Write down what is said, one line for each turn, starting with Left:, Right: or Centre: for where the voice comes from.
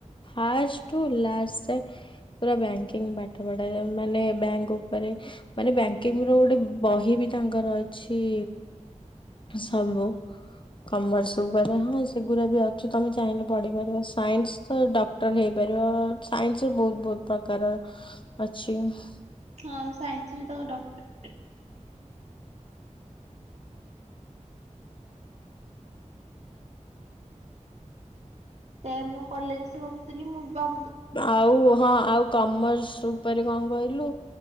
Left: ଫାର୍ଷ୍ଟ ରୁ ଲାଷ୍ଟ ଯାଏଁ ପୁରା ବ୍ୟାଙ୍କିଙ୍ଗ ପାଠ ପଢ଼ା ମାନେ ବ୍ୟାଙ୍କ ଉପରେ ମାନେ ବ୍ୟାଙ୍କିଙ୍ଗ୍ ର ଗୋଟେ ବହି ବି ତାଙ୍କର ଅଛି। ସବୁ କମର୍ସ ଉପରେ ହଁ ସେଗୁଡା ବି ଅଛି ତମେ ଚାହିଁଲେ ପଢିପାରିବ ସାଇନ୍ସ ଡ ଡକ୍ଟ ହେଇପାରିବ ସାଇନ୍ସରେ ବୋହୁତ ବୋହୁତ ପ୍ରକାରର <unintelligible>
Right: ହଁ ସାଇନ୍ସରେ ତ ଡକ୍ଟ ସେ ମୋ କଲେଜ ଆସି ଭାବୁଥିଲି ମୁଁ ବା
Left: ଆଉ ହଁ ଆଉ। କମର୍ସ ଉପରେ କଣ କହିଲୁ